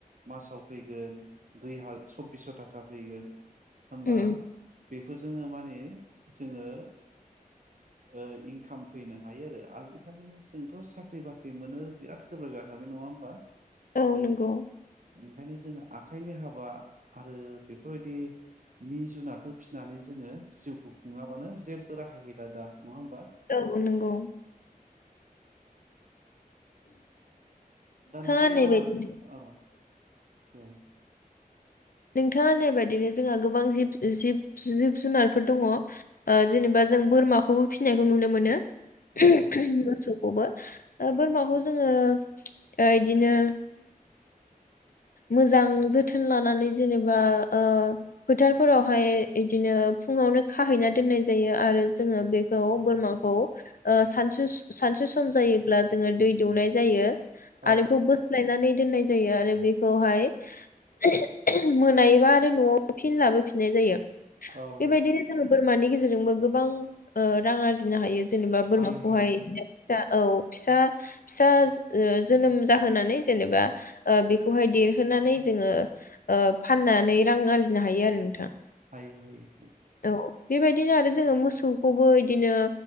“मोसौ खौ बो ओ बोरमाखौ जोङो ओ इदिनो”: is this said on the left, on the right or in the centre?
Left